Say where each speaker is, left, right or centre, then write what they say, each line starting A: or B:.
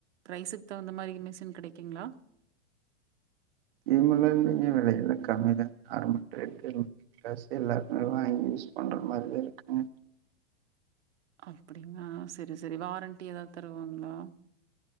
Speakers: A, on the right; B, on the right.
A: பிரைஸுக்கு தகுந்த மாரி மிஷின் கெடைக்குங்ளா
B: இல்லீங்க இல்லீங்க அது வெல கம்மி தா <unintelligible> ட்ரெஸ் எல்லாருக்குமே வாங்கி யூஸ் பண்ற மாரிதா இருக்குங்க
A: அப்டிங்ளா செரி செரி வாரண்ட்டி எதாவ் தருவாங்ளா